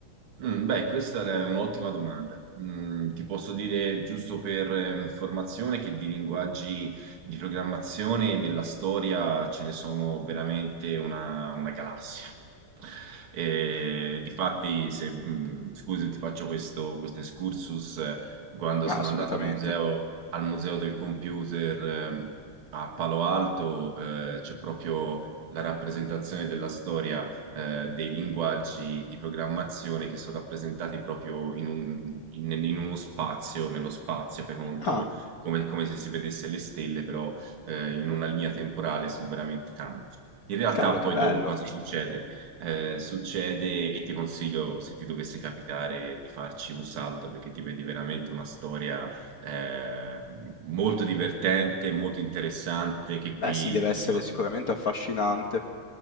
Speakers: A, on the right; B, on the left.
A: Mm, Beh, questa è un'ottima domanda. Mm, ti posso dire, giusto per eh, informazione, che di linguaggi di programmazione nella storia ce ne sono veramente una, una galassia. E, difatti, se, mm, scusi, ti faccio questo, questo excursus. eh, Quando
B: Ah,
A: sono
B: assolutamente.
A: andato al museo, al museo del computer eh, a Palo Alto, eh, c'è proprio la rappresentazione della storia eh, dei linguaggi di programmazione che sono rappresentati proprio in, un- in- in uno spazio, nello spazio, fai conto,
B: Ah,
A: come, come se si vedesse le stelle, però eh, in una linea temporale sono veramente tanti. In realtà
B: cavolo, che
A: poi
B: bello.
A: dopo cosa succede? Eh, succede, e ti consiglio, se ti dovesse capitare, di farci un salto perché ti vedi veramente una storia eh, molto divertente, molto interessante, che
B: Beh
A: qui...
B: sì, deve essere
A: il nostro-
B: sicuramente affascinante.